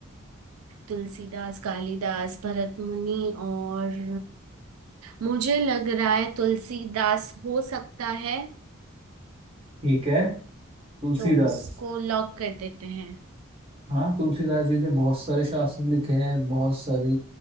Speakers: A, on the right (about 75°); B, on the right (about 25°).
A: तुलसीदास कालिदास भरतमुनि और मुझे लग रहा है तुलसीदास हो सकता है
B: ठीक है तुलसीदास
A: तो उसको लॉक कर देते हैं
B: हाँ तुलसीदास जी ने बहुत सारे शास्त्र लिखे हैं बहुत सारी